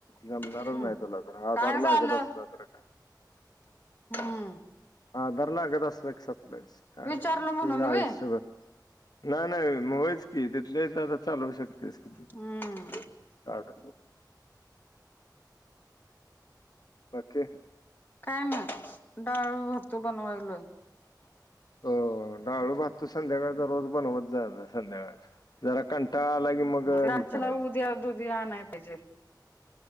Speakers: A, on the left; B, on the left.
A: जमणारच
B: हम्म
A: नाही तला तर हा
B: काय
A: जार
B: झालं
A: लागत असणार तर का.
B: हम्म
A: हा धर नाकत असो एक सप्लास काय
B: विचारलो म्हणून
A: ते आहे
B: व्हय
A: शुगर.. नाही नाही होयच कि तिथले तर आता चालवू शकतेस क..
B: हम्म
A: आड.. बाकी!
B: काय नाही डाळ भातू बनवायलाय
A: हो डाळू भात त संध्याकाळचा रोज बनवत जात संध्याकाळच जरा कं ला की मग
B: लांचला
A: हे करायचं
B: उद्या दुधी आणाय पाहिजे